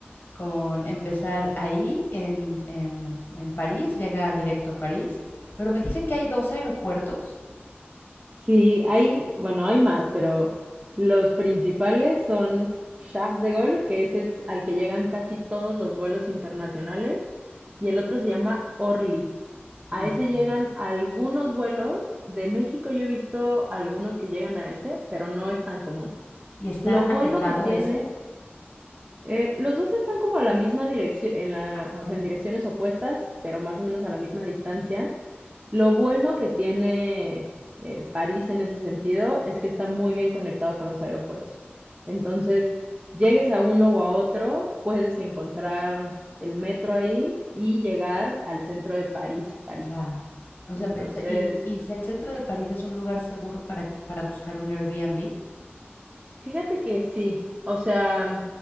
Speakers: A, on the left; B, on the right.
A: con empezar ahí en, en, en París, llega directo a París, pero me dicen que hay dos aeropuertos.
B: Sí, hay, bueno, hay más, pero los principales son Charles de Gaulle, que ese es al que llegan casi todos los vuelos internacionales, y el otro se llama Orly.
A: No,
B: A ese
A: ok.
B: llegan algunos vuelos. De México yo he visto algunos que llegan a ese, pero no es tan común.
A: ¿Y está
B: Lo bueno
A: alejado
B: que tiene,
A: ese?
B: eh, los dos están como a la misma dirección, en la,
A: Ah,
B: o sea, en direcciones opuestas, pero más o menos a la misma distancia. Lo bueno que tiene, eh, París en ese sentido es que está muy bien conectado con los aeropuertos. Entonces, llegues a uno o a otro, puedes encontrar el metro ahí y llegar al centro de París, París.
A: ya. O
B: Entonces,
A: sea, pensé, ¿y, y si el centro de París es un lugar seguro para, para buscar un Airbnb?
B: fíjate que sí, o sea,